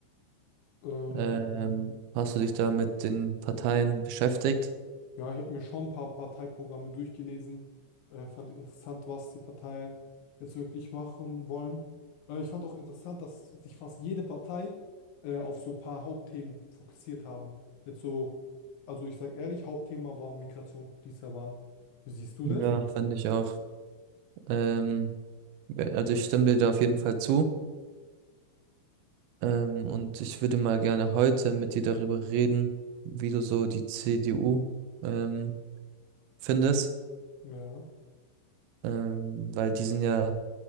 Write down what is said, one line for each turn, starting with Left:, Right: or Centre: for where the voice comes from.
Left: ähm,
Right: Ähm, hast du dich da mit den Parteien beschäftigt?
Left: Ja, ich habe mir schon ein paar Parteiprogramme durchgelesen. Äh, fand interessant, was die Parteien jetzt wirklich machen wollen. Äh, ich fand auch interessant, dass sich fast jede Partei äh, auf so ein paar Hauptthemen fokussiert haben. Jetzt so, also ich sage ehrlich, Hauptthema war Migration dieser Wahl. Wie siehst du
Right: Ja,
Left: das?
Right: fand ich auch. Ähm, ja, also ich stimme dir da auf jeden Fall zu. Ähm, und ich würde mal gerne heute mit dir darüber reden, wie du so die CDU ähm, findest.
Left: Ja,
Right: ähm, weil die sind ja